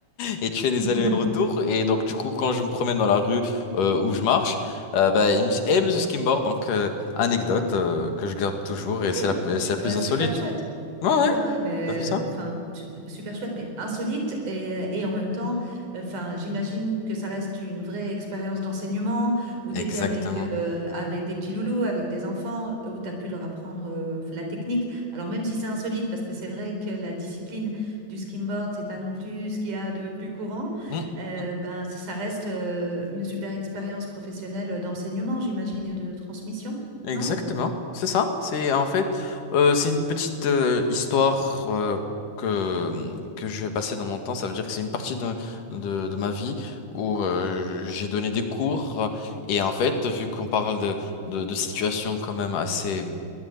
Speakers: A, on the left; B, on the right.
A: et tu fais des
B: Mhm.
A: allers-retours. Et donc, du coup, quand je me promène dans la rue euh, où je marche, euh, bah, ils me disent, hey monsieur Skimboard, donc euh, anecdote euh, que je garde toujours
B: Ok,
A: et c'est la, c'est la plus
B: bah,
A: insolite.
B: super chouette.
A: Ouais, ouais,
B: Mais ouais, ouais, ben,
A: t'as vu ça?
B: enfin, tu- super chouette, mais insolite et, euh, et en même temps, enfin, j'imagine que ça reste une vraie expérience d'enseignement où
A: Exactement.
B: tu étais avec, euh, avec des petits loulous, avec des enfants, où tu as pu leur apprendre euh, la technique. Alors même si c'est insolite, parce que c'est vrai que la discipline du skimboard, c'est pas non plus ce qu'il y a de plus courant,
A: Mm,
B: euh,
A: mm,
B: ben, ça reste euh, une super expérience professionnelle d'enseignement, j'imagine, et de transmission,
A: Exactement,
B: non?
A: c'est ça. C'est en fait, euh, c'est une petite euh, histoire euh, que que je vais passer dans mon temps. Ça veut dire que c'est une partie de de, de ma vie où euh, j'ai donné des cours et en fait, vu qu'on parle de de, de situations quand même assez